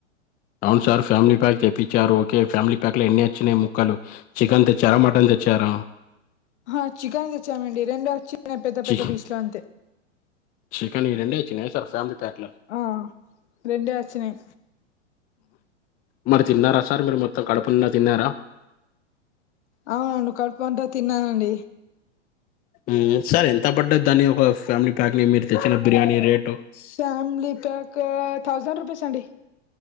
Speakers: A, on the left; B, on the left.
A: అవును సార్ ఫ్యామిలీ ప్యాక్ తెప్పించారు ఓకే ఫ్యామిలీ ప్యాక్ లో ఎన్ని వచ్చినయి ముక్కలు చికెన్ తెచ్చారా మటన్ తెచ్చార
B: ఆహ చికెన్ తెచ్చామండి రెండోచ్చ పెద్ద పెద్ద
A: చి
B: పీస్ లు అంతే
A: చికెన్ ఈ రెండే తినేసారా ఫ్యామిలీ ప్యాక్
B: ఆ రెండే వచ్చినాయి
A: మరి తిన్నారా సార్ మీరు మొత్తం కడుపు నిండా తిన్నారా
B: ఆ నేను కడుపు అంతా తిన్నానండి
A: ఊ సార్ ఎంత పడ్డది దాని ఒక ఫ్యామిలీ ప్యాక్ ని మీరు తెచ్చిన biryani rate
B: family pack thousand rupees అండి